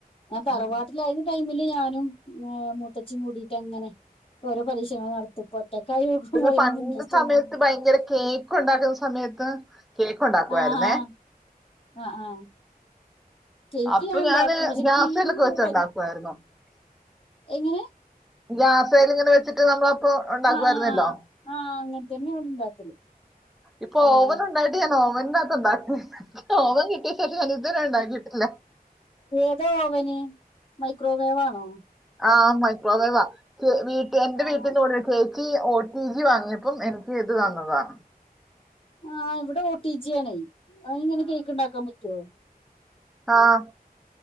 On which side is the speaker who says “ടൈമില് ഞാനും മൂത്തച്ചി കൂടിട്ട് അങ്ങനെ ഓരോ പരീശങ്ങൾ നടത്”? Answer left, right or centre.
Left